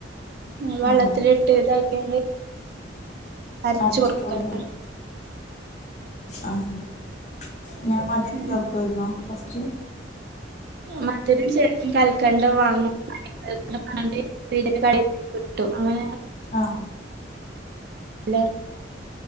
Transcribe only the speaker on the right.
ഉം വള്ളത്തിലിട്ട്
ഇതാക്കിങ്ങ് അരച്ച്
കൊടുക്കാണ്
ഉം
ഉം മധുരം ചേർത്ത് കൽക്കണ്ടം വാങ്ങും <unintelligible> കാണാണ്ട് <unintelligible> അങ്ങനെ
<unintelligible>